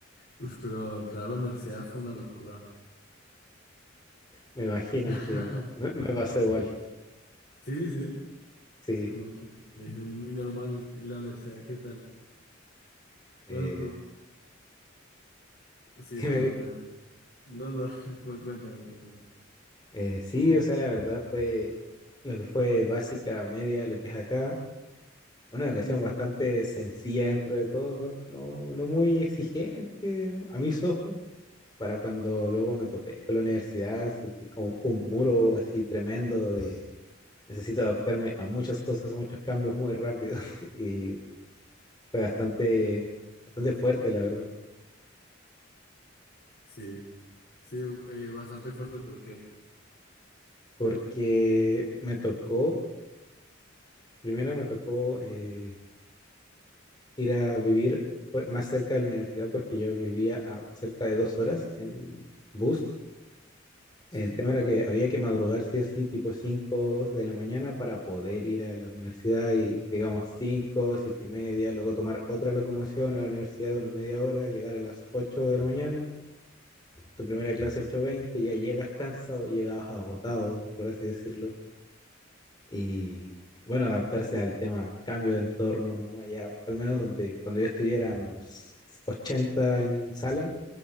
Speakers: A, on the left; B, on the left.
A: Uf, pero entrar a la universidad fue una locura.
B: Me imagino,
A: <laughs>
B: sí, me, me pasó igual.
A: Sí, sí,
B: Sí,
A: como que le dije muy normal en la universidad, ¿qué tal?
B: eh,
A: Bueno, pero
B: <laughs>
A: sí,
B: dime
A: no,
B: bien.
A: pero no, no, <laughs> cu- cuéntame, cuéntame.
B: Eh, sí, o sea, la verdad fue lo que fue básica, media, lo que es acá. una educación
A: Ujú.
B: bastante sencilla dentro de todo, no, no, no muy exigente a mis ojos, para cuando luego me topé con la universidad, sentí como un muro así tremendo de necesito adaptarme a muchas cosas, a muchos cambios muy rápido <laughs> y fue bastante, bastante fuerte, la verdad,
A: Sí, sí, eh, bastante fuerte, ¿por qué?
B: porque me tocó, primero me tocó eh, ir a vivir fue más cerca de la universidad porque yo vivía a cerca de dos horas en bus
A: Sí.
B: El tema era que había que madrugar sí o sí, tipo 5 de la mañana para poder ir a la universidad y digamos 5 7 y media, luego tomar otra locomoción a la universidad de una media hora, llegar a las 8 de la mañana, tu primera clase ocho veinte ya llegas cansado, llegabas agotado, por así decirlo, y bueno, adaptarse al tema cambio de entorno, allá, al menos donde cuando yo estudiáramos 80 en sala,